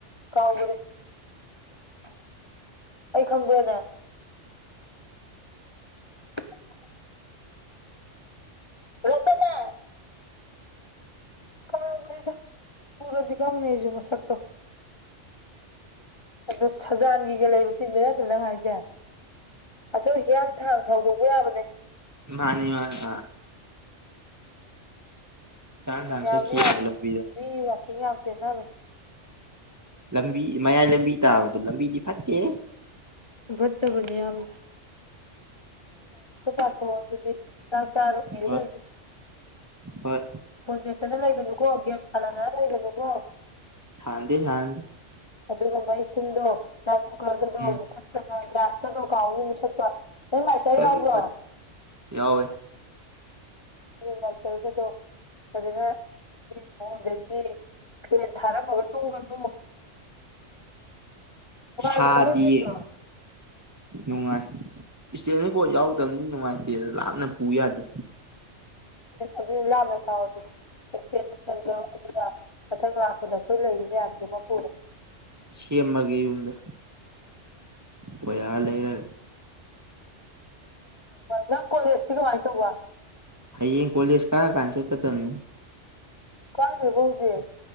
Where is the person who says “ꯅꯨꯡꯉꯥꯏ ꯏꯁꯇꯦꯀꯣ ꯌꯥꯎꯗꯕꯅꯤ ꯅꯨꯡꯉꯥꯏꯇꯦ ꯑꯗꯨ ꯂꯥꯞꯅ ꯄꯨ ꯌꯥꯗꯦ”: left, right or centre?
Right